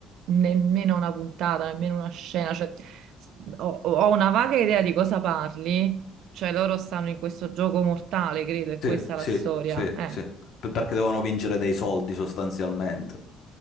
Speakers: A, on the right (about 65°); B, on the left (about 55°).
A: nemmeno una puntata, nemmeno una scena. Cioè, s- ho, ho una vaga idea di cosa parli. Cioè, loro stanno in questo gioco mortale, credo, e
B: Sì,
A: questa
B: sì,
A: è la storia.
B: sì,
A: Eh.
B: sì. Per- Perché devono vincere dei soldi sostanzialmente.